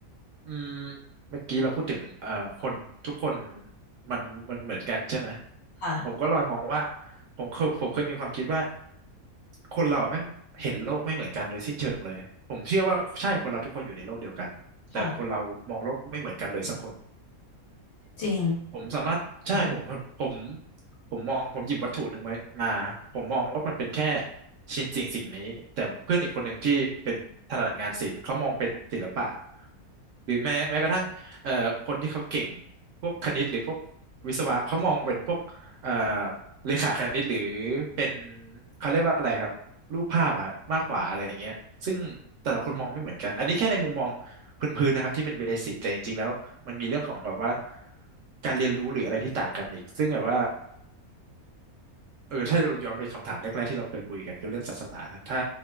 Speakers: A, on the right; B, on the left.
A: อืมเมื่อกี้เราพูดถึงเอ่อคนทุกคนมันมันเหมือนกันใช่ไหม
B: ค่ะ
A: ผมก็เลอยมองว่าผมเคยผมเคยมีความคิดว่าคนเราอะแม่งเห็นโลกไม่เหมือนกันโดยสิ้นเชิงเลยผมเชื่อว่าใช่คนเราทุกคนอยู่ในโลกเดียวกันแต่คนเรามองโลกไม่เหมือนกันเลยสักคน
B: ค่ะจริง
A: ผมสามารถใช่ผมผม
B: <laughs>
A: ผมมองผมหยิบวัตถุหนึ่งไว้มาผมมองว่ามันเป็นแค่ชิ้นสิ่งสิ่งนี้แต่เพื่อนอีกคนหนึ่งที่เป็นถนัดงานศิลป์เขามองเป็นศิลปะหรือแม้แม้กระทั่งเอ่อคนที่เขาเก่งพวกคณิตหรือพวกวิศวะเขามองเป็นพวกเอ่อเลขาคณิตหรือเป็นเขาเรียกว่าอะไรครับรูปภาพอะมากกว่าอะไรอย่างเงี้ยซึ่งแต่ละคนมองไม่เหมือนกันอันนี้แค่ในมุมมองพื้นๆนะครับที่เป็นเบสิกแต่จริงๆแล้ว มันมีเรื่องของแบบว่าการเรียนรู้หรืออะไรที่ต่างกันอีกซึ่งแบบว่าเออถ้าเราย้อนไปคำถามแรกๆที่เราเคยคุยกันคือเรื่องศาสนานะถ้า